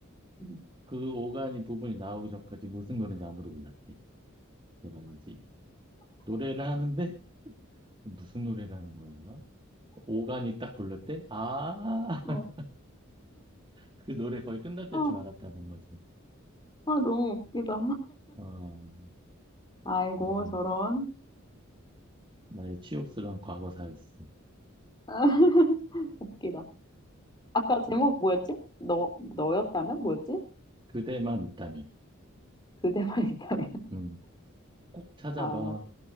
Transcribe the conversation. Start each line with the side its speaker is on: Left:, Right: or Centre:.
Left: 응.
Right: 그 오간이 부분이 나오기 전까지 무슨 노래인지 아무도 몰랐대. 대박이지. 노래를 하는데 무슨 노래를 하는 거야? 오간이 딱 불렀대? 아, <laughs>
Left: 어,
Right: 그 노래 거의 끝날 때쯤
Left: 아,
Right: 알았다는 거지.
Left: 아, 너무 웃기다.
Right: 어,
Left: 아이고,
Right: 네.
Left: 저런.
Right: 나의 치욕스러운 과거사였어.
Left: <laughs> 웃기다. 아까 제목 뭐였지? 너, 너였다면? 뭐였지?
Right: 그대만 있다면.
Left: 그대만 <laughs> 있다면.
Right: 음, 꼭 찾아봐.
Left: 아,